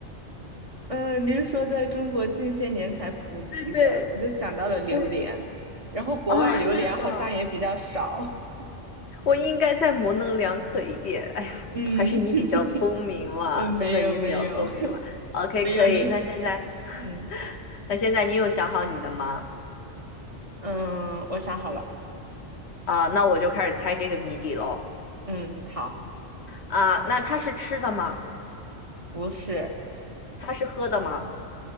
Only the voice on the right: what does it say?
呃，您说在中国近些年才普及的，
我就想到了榴莲，
然后国外榴莲好像也比较少。
<laughs>
嗯
<laughs> 嗯，没有没有
<laughs>
没有你，
嗯
嗯，我想好了，
嗯，好，
不是